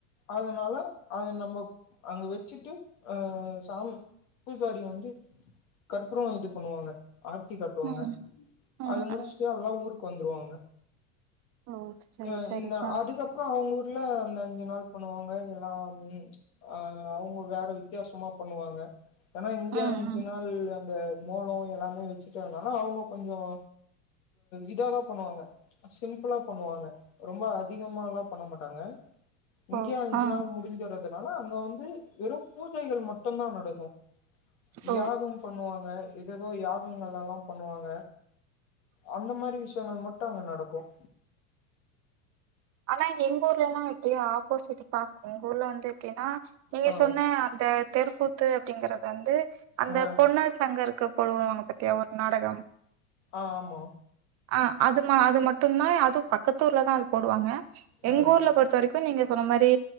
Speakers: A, on the left; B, on the right.
A: அதனால அத நம்ம அங்க வச்சுட்டு அ சாம் பூசாரி வந்து கற்புரம் இது பண்ணுவாங்க ஆர்த்தி கட்டுவாங்க
B: ம் ம்
A: அது முடிச்சுட்டே
B: ம்
A: எல்லா ஊருக்கு வந்துருவாங்க
B: ஓ சரி
A: அ
B: சரிப்பா
A: இந்த அதுக்கப்புறம் அவங்க ல்ல அந்த அஞ்சு நாள் பண்ணுவாங்க எல்லா உம் ஆ அவங்க வேற வித்தியாசமா பண்ணுவாங்க ஆனா இங்கய
B: ம்
A: அஞ்சு
B: ம்
A: நாள் இந்த மூலம் எல்லாமே வச்சுட்டு இருந்தனா அவங்க கொஞ்சம் இதாதா பண்ணுவாங்க சிம்பிளா பண்ணுவாங்க ரொம்ப அதிகம எல்லாம் பண்ண மாட்டாங்க இங்கயு
B: ஓ
A: அஞ்சு
B: ஆ
A: நாள் முடிஞ்ச அதனால அங்க வந்து வெறும் பூஜைகள் மட்டும்தா நடக்கும்
B: ஓ
A: யாகம் பண்ணுவாங்க ஏதோ யாகங்கள்லல்லாம் பண்ணுவாங்க அந்த மாதிரி விஷயங்கள் மட்டும் அங்க நடக்கும்
B: ஆனா எங்க ஊர்ல எல்லா எப்டி ஆப்போசிட் பா எங்க ஊர்ல வந்து டினா நீங்க
A: ஆ
B: சொன்ன அந்த தெரு கூ த்து அப்டிங்கிறது வந்து அந்த
A: ஆ
B: பொன்னர் சங்கருக்கு போடுவாங்க பாத்தியா ஒரு நாடகம்
A: ஆ ஆமா
B: அ அதுமா அது மட்டுந்தா அதுவு பக்கத்தூர்லதா அது போடுவாங்க எங்க
A: ஆ
B: ஊர்ல பொறுத்த வரைக்கு நீங்க சொன்ன மாரி